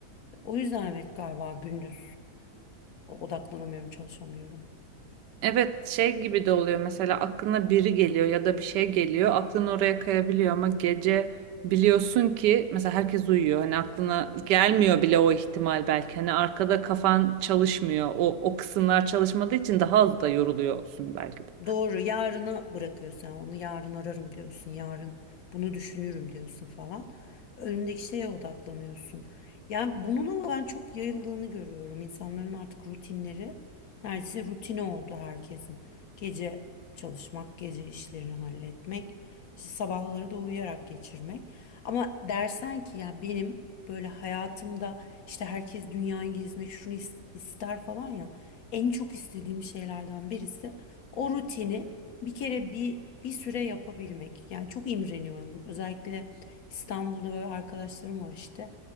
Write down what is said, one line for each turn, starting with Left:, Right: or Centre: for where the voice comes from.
Left: O yüzden evet galiba gündüz odaklanamıyorum çalışamıyorum.
Right: Evet şey gibi de oluyor mesela aklına biri geliyor ya da bir şey geliyor aklın oraya kayabiliyor ama gece biliyorsun ki mesela herkes uyuyor hani aklına gelmiyor bile o ihtimal belki hani arkada kafan çalışmıyor o, o kısımlar çalışmadığı için daha az da yoruluyorsun belki de.
Left: Doğru yarına bırakıyorsun yani onu yarın ararım diyorsun yarın bunu düşünürüm diyorsun falan önündeki şeye odaklanıyorsun yani bunun ama ben çok yayıldığını görüyorum insanların artık rutinleri neredeyse rutine oldu herkesin gece çalışmak gece işlerini halletmek işte sabahları da uyuyarak geçirmek ama dersen ki ya benim böyle hayatımda işte herkes dünyayı gezmek şunu is- ister falan ya en çok istediğim şeylerden birisi o rutini bir kere bir bir süre yapabilmek. Yani çok imreniyorum. Özellikle İstanbul'da böyle arkadaşlarım var işte.